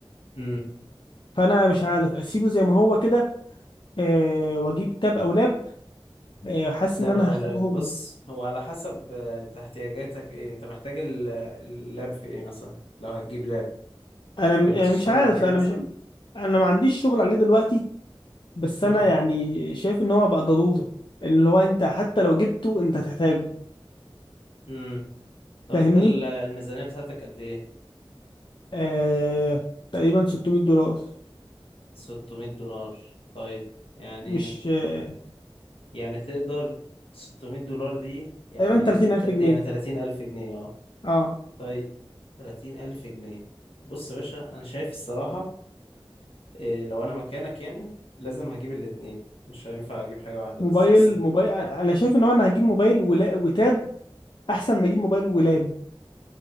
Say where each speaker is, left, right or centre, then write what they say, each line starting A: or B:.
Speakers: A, on the left (about 80°); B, on the left (about 55°).
A: امم
B: فانا مش عارف اسيبه زي ما هو كده آه، واجيب تاب او لاب إيه، حاسس
A: لاب
B: ان انا
A: او
B: هحتاجهم
A: لاب بص هو على حسب آه، انت احتياجاتك ايه انت محتاج ال- اللاب في ايه مثلا لو هتجيب لاب
B: انا م-
A: هل
B: يعني
A: بتشتغل
B: مش عارف
A: عليه
B: انا
A: مثلا
B: مش انا ما عنديش شغل عليه دلوقتي بس انا
A: اه
B: يعني شايف ان هو بقى ضرورة اللي هو انت حتى لو جبته انت هتحتاجه
A: امم طب
B: فاهمني
A: انت ال- الميزانية بتاعتك قد ايه
B: آه... تقريبا 600 دولار
A: 600 دولار طيب يعني
B: مش آه...
A: يعني تقدر 600 دولار دي يعني
B: تقريبا 30000
A: ت-
B: جنيه
A: يعني 30 ألف جنيه اه
B: اه
A: طيب 30 ألف جنيه بص يا باشا أنا شايف الصراحة إيه لو انا مكانك يعني لازم هجيب الاتنين مش هينفع اجيب حاجة واحدة
B: موبايل
A: بس اصل
B: موبايل انا شايف ان هو انا هجيب موبايل ولا... وتاب احسن ما اجيب موبايل ولاب